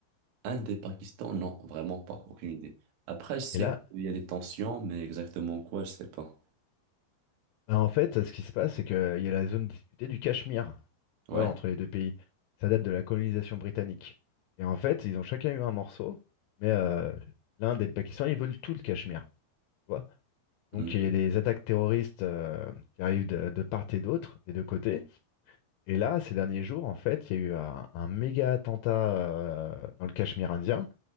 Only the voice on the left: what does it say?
Et là,
Bah, en fait, ce qui se passe, c'est qu'il y a la zone disputée du Cachemire,
tu vois, entre les deux pays. Ça date de la colonisation britannique. Et en fait, ils ont chacun eu un morceau, mais euh, l'Inde et le Pakistan, ils veulent tout le Cachemire, tu vois. Donc
il y a des attaques terroristes euh, qui arrivent de, de part et d'autre, des deux côtés. Et là, ces derniers jours, en fait, il y a eu un, un méga attentat euh, dans le Cachemire indien.